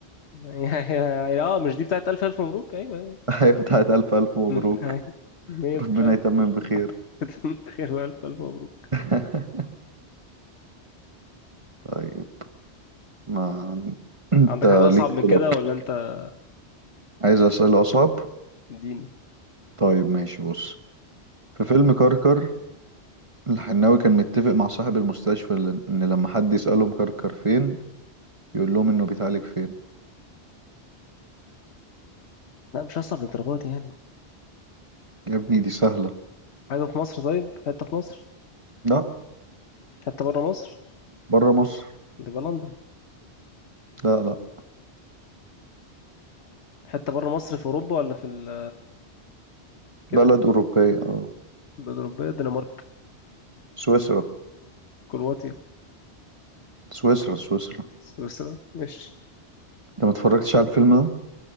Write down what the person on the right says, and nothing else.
<laughs> ايوه بتاعت الف الف مبروك
ربنا
يتمم بخير
<laughs> طيب ما انت
ليك
في
الأفلام. قبل
كده عايز اسأل اصعب
طيب ماشي بص في فيلم كركر الحناوي كان متفق مع صاحب المستشفى ل- ان لما حد يسألهم كركر فين يقول لهم انه بيتعالج فين
يا ابني دي سهلة
لا
بره مصر
لا لا
بلد أوروبية اه
سويسرا
سويسرا سويسرا
انت ما اتفرجتش على الفيلم ده